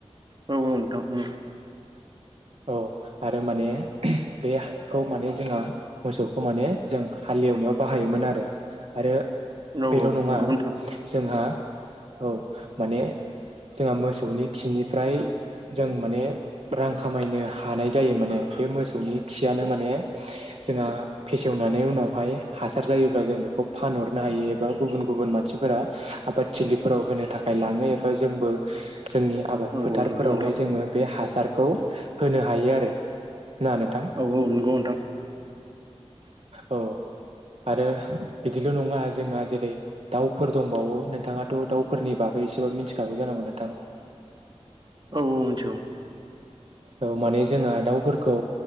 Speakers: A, on the right; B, on the right.
A: औ औ नोंथां औ।
B: औ आरो माने बे, खौ माने जोंहा मोसौखौ माने जों हालेवनायाव बाहायोमोन आरो आरो।
A: औ
B: बेल'
A: औ
B: नङा
A: नंगौ नोंथां
B: जोंहा औ माने जोंहा मोसौनि खिनिफ्राय जों माने रां खामायनो हानाय जायो माने। बे मोसौनि खियानो माने जोंहा फेसेवनानै उनावहाय हासार जायो। जों बेखौ फानहरनो हायो एबा गुबुन गुबुन मानसिफोरा आबाद थिलिफोराव होनो थाखाय लाङो। जोंबो जोंनि आबाद
A: औ
B: फोथारफोरावहाय
A: औ नंगौ नोंथां
B: जोङो बे हासार। खौ होनो हायो आरो ना नोंथां।
A: औ औ नंगौ नोंथां
B: औ आरो बिदिल' नङा जोंना जेरै दाउफोर दंबावो नोंथाङाथ' दाउ, फोरनि बागै एसेबाबो मिथिखागौ जानांगौ नों
A: औ औ मिथिगौ
B: औ माने जोंहा दाउफोरखौ